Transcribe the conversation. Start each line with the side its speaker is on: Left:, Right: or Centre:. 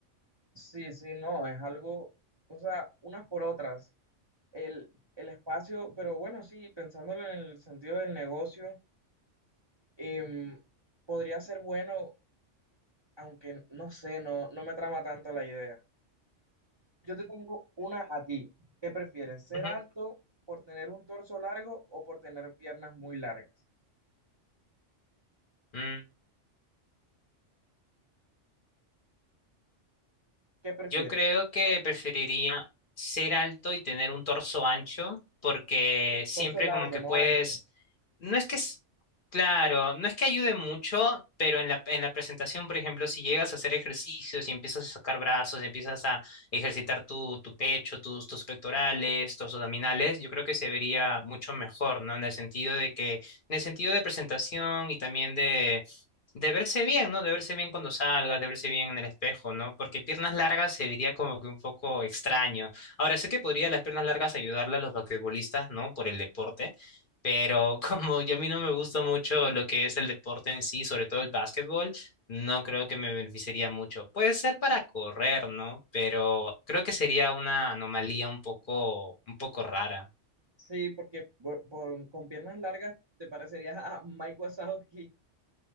Right: Sí, sí, no, es algo, o sea, unas por otras. El, el espacio, pero bueno, sí, pensándolo en el sentido del negocio, em, podría ser bueno, aunque no sé, no, no me trama tanto la idea. Yo te tengo una a ti. ¿Qué prefieres? ¿Ser
Left: Ujú.
Right: alto por tener un torso largo o por tener piernas muy largas?
Left: Mm.
Right: ¿Qué prefieres?
Left: Yo creo que preferiría ser alto y tener un torso ancho, porque siempre
Right: Torso largo,
Left: como que
Right: no
Left: puedes,
Right: ancho.
Left: no es que, es- claro, no es que ayude mucho, pero en la, en la presentación, por ejemplo, si llegas a hacer ejercicios y empiezas a sacar brazos, empiezas a ejercitar tu, tu pecho, tus, tus pectorales, tus abdominales, yo creo que se vería mucho mejor, ¿no? En el sentido de que, en el sentido de presentación y también de verse bien, ¿no? De verse bien cuando salgas, de verse bien en el espejo, ¿no? Porque piernas largas se vería como que un poco extraño. Ahora, sé que podría las piernas largas ayudarle a los basquetbolistas, ¿no? Por el deporte, pero <laughs> como yo a mí no me gusta mucho lo que es el deporte en sí, sobre todo el básquetbol, no creo que me beneficiaría mucho. Puede ser para correr, ¿no? Pero creo que sería una anomalía un poco, un poco rara. <laughs>
Right: Sí, porque por- por- con piernas largas te parecerías a Mike Wazowski